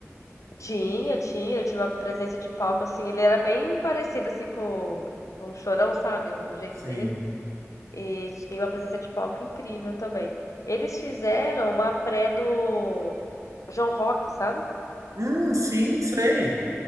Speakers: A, on the left; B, on the right.
A: Tinha, tinha, ele tinha uma presença de palco assim, ele era bem parecido assim com, com o Chorão, sabe? O jeito
B: Sim.
A: dele. E tinha uma presença de palco incrível também. Eles fizeram uma pré do João Rock, sabe?
B: Hum, sim, sei.